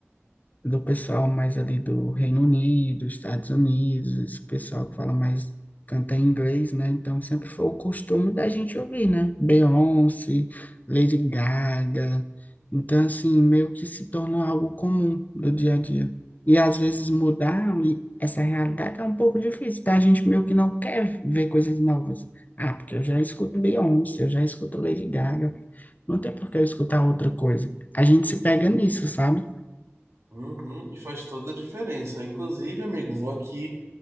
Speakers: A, on the left (about 35°); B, on the right (about 85°).
A: do pessoal mais ali do Reino Unido, Estados Unidos, esse pessoal que fala mais, canta em inglês, né? Então sempre foi o costume da gente ouvir, né? Beyoncé, Lady Gaga. Então, assim, meio que se tornou algo comum do dia a dia. E às vezes mudar e essa realidade é um pouco difícil, tá? A gente meio que não quer ver coisas novas. Ah, porque eu já escuto Beyoncé, eu já escuto Lady Gaga. Não tem por que eu escutar outra coisa. A gente se pega nisso, sabe?
B: Uhum, e faz toda a diferença. Inclusive, amigo, vou aqui,